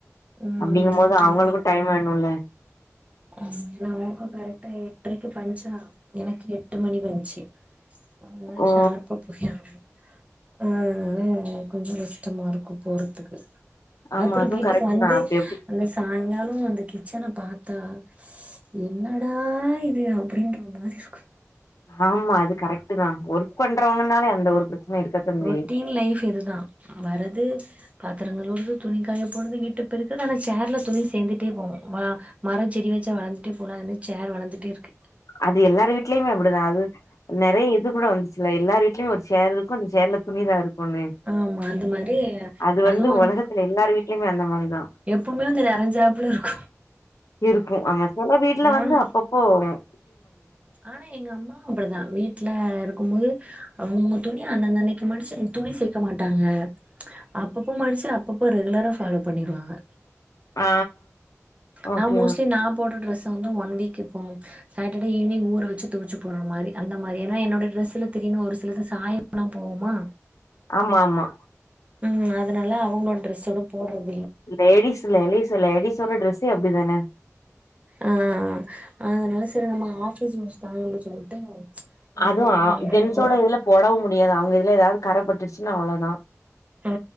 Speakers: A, on the right; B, on the left.
A: ம்
B: அப்டிங்கும்போது அவுங்களுக்கு
A: அதா
B: டைம் வேணுல்ல
A: ஆமா எல்லா ஒர்க்கு கரெக்ட்டா எட்டரைக்கு பஞ்ச்சா எனக்கு எட்டு மணி பஞ்ச்சு அதனால
B: ஓ
A: ஷார்ப்பா போய் ஆகணு ஆ ஆன கொஞ்சோ கஷ்டமா இருக்கு போறதுக்கு
B: ஆமா
A: அப்றோ
B: அதுவு
A: வீட்டுக்கு
B: கரெக்ட்
A: வந்து
B: தா அப்டி எப்டி
A: அந்த சாயங்காலோ அந்த கிச்சன பா த்தா என்னடா இது அப்டின்ற மாரி இருக்கு
B: ஆமா அது கரெக்ட்டுதா ஒர்க் பண்றவங்கனாலே அதுல ஒரு பிரச்சன இருக்கத்தா செய்யு
A: ரொட்டீன் லைஃப் இதுதா வரது பா த்திரங்கள் கழுவறது துணிகாய போடறது வீட்ட பெருக்கறது ஆனா சேர்ல துணி சேர்ந்துட்டே போவு மரோ செடி வெச்சா வளர்ந்துட்டே போவுல்ல அது மாரி சேர் வளர்ந்துட்டே இருக்கு
B: அது எல்லார் வீட்லயுமே அப்டிதா அது நெறயா இது கூட வந்துச்சுல்ல எல்லார் வீட்லயுமே ஒரு சேர் இருக்கு அந்த சேர் அதுல துணிதா இருக்குனு
A: ஆமா அந்த மாரி
B: அது வந்து
A: அதுவு
B: ஒலகத்துல எல்லார் வீட்லயுமே அந்த மாரிதா
A: எப்புமே அந்த நெறஞ்சாப்புல இருக்கு
B: இருக்கு ஆனா செல வீட்ல
A: நானு
B: வந்து அப்பப்போ ம்
A: ஆனா எங்க அம்மா அப்டிதா வீட் ல இருக்கும்போது அவுங்க அவுங்க துணி அந்தந்தன்னைக்கு மடிச்சு துணி சேக்க மாட்டாங்க அப்பப்போ மடிச்சு அப்பப்போ ரெகுலரா ஃபாலோ பண்ணிருவாங்க
B: ஆ ஓகே,
A: நா மோஸ்ட்லி
B: ஓகே.
A: நா போடுற ட்ரெஸ் வந்து ஒன் வீக் இப்போ சாட்டர்டே ஈவ்னிங் ஊற வெச்சு தொவச்சு போடுற மாரி அந்த மாரி ஏனா என்னோட டிரெஸ்ல தெரி இன்னு ஒரு சிலது சாயமெல்லா போகுமா
B: ஆமாமா
A: ம் அதனால அவுங்களோட ட்ரெஸ்ஸோட போடறது
B: லேடீஸ் லேலீஸ் லேடிஸ்ஸோட டிரெஸ்ஸே அப்டிதான
A: ஆ அதனால செரி நம்ம ஆபீஸ் யூஸ் தான அப்டின்னு சொல்ட்டு அந்த
B: அதுவு
A: அன்னைக்கு
B: ஆ
A: மட்டு
B: ஜென்ஸோட இதுல போடவு முடியாது அவுங்க இதுல எதாவது கறப்பட்டு சுனா அவ்ளோதா
A: ஆ